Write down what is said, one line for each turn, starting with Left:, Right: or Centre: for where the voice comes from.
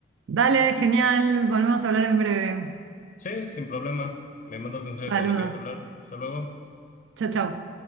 Right: Dale, genial, volvemos a hablar en breve.
Left: Sí, sin problema. Me mandas mensaje
Right: Saludos.
Left: cuando quieras hablar. Hasta luego.
Right: Chao, chao.